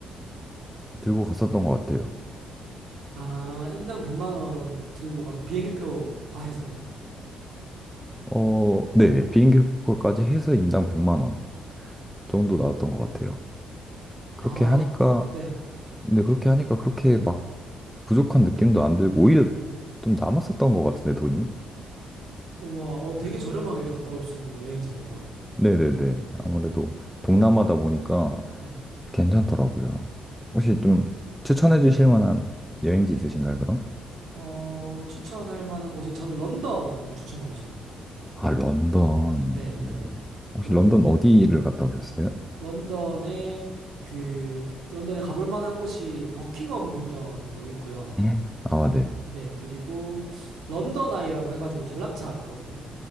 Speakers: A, in the centre; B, on the right.
A: 들고 갔었던 것 같아요.
B: 아, 인당 100만 원 들고 가서 비행기표 다 해서요?
A: 어, 네. 비행기 표까지 해서 인당 100만 원 정도 나왔던 것 같아요. 그렇게
B: 아,
A: 하니까
B: 네.
A: 근데 그렇게 하니까 그렇게 막 부족한 느낌도 안 들고 오히려 좀 남았었던 것 같은데 돈이.
B: 우와, 어, 되게 저렴하게 갔다 올 수 있는 여행지네요.
A: 네네네. 아무래도 동남아다 보니까
B: 네.
A: 괜찮더라고요. 혹시
B: 어,
A: 좀 추천해 주실 만한 여행지 있으신가요, 그럼?
B: 어, 추천할 만한 곳이 저는 런던을 추천하고 싶어요.
A: 아, 런던.
B: 네,
A: 네.
B: 네.
A: 혹시
B: 런,
A: 런던 어디를 갔다 오셨어요?
B: 런던에 그 런던에 가볼 만한 곳이 버킹엄 궁전도 있고요.
A: 네. 아, 네.
B: 네, 그리고 런던 아이라고 해가지고 관람차 있거든요.